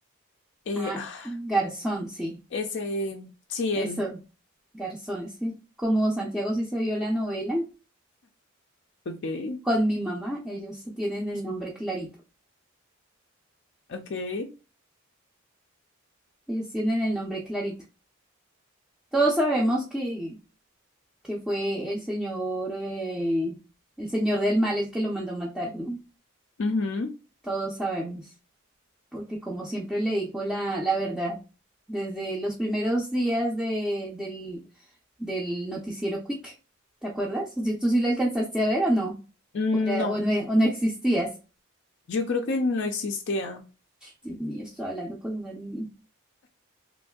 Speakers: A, on the left (about 55°); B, in the centre.
A: eh,
B: Ah,
A: ah,
B: Garzón, sí.
A: ese, sí,
B: Eso,
A: él.
B: Garzón. Es que como Santiago sí se vio la novela,
A: Okay,
B: con mi mamá, ellos tienen el nombre clarito.
A: okay.
B: Ellos tienen el nombre clarito. Todos sabemos que, que fue el señor, eh, el señor del mal el que lo mandó matar, ¿no?
A: Ujú.
B: Todos sabemos, porque como siempre le dijo la, la verdad, desde los primeros días de, del, del noticiero Quick, ¿te acuerdas? ¿Tú, tú sí lo alcanzaste a ver o no?
A: No,
B: ¿O, era- o no, o no existías?
A: yo creo que no existía.
B: Dios mío, estoy hablando con una niña.